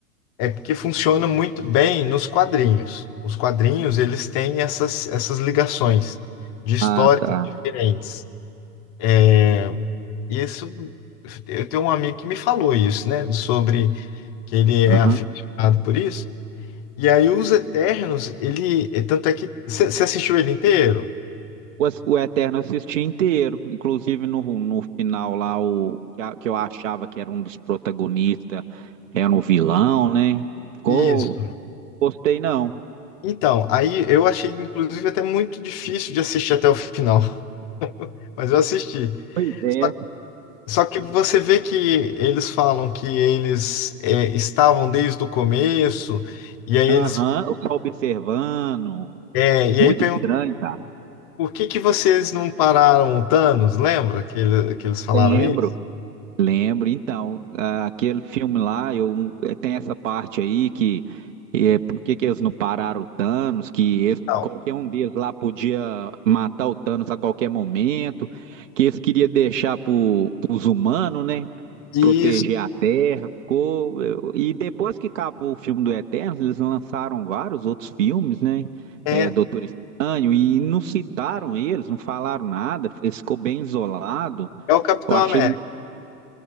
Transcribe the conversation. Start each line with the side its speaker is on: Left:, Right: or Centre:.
Left: É porque funciona muito bem nos quadrinhos. Os quadrinhos, eles têm essas, essas ligações de histórias
Right: Ah, tá.
Left: diferentes. É, E isso, eu tenho um amigo que me falou isso, né? Sobre que ele é
Right: Aham.
Left: aficionado por isso. E aí, os Eternos, ele. Tanto é que. Você assistiu ele inteiro?
Right: O, ass- o Eterno eu assisti inteiro, inclusive no, no final lá, o que, a- que eu achava que era um dos protagonistas, era um vilão, né? Ficou,
Left: Isso.
Right: gostei não.
Left: Então, aí eu achei, inclusive, até muito difícil de assistir até o final, <laughs> mas eu assisti.
Right: Pois é.
Left: Só, só que você vê que eles falam que eles é, estavam desde o começo, e aí
Right: Aham,
Left: eles.
Right: eu só observando.
Left: é, e
Right: Muito
Left: aí perguntam
Right: estranho, cara.
Left: por que que vocês não pararam o Thanos? Lembra que, ele- que eles falaram
Right: Lembro.
Left: isso?
Right: Lembro, então, ah, aquele filme lá, eu, eh, tem essa parte aí que é, por que que eles não pararam o Thanos, que eles-
Left: Não.
Right: qualquer um deles lá podia matar o Thanos a qualquer momento, que eles queriam deixar para os humanos, né,
Left: Isso
Right: proteger a Terra, ficou... eu- E depois que acabou o filme do Eternos, eles lançaram vários outros filmes, né,
Left: é,
Right: é, Doutor Estranho, e não citaram eles, não falaram nada, ficou bem isolado,
Left: é o Capitão
Right: eu achei...
Left: América.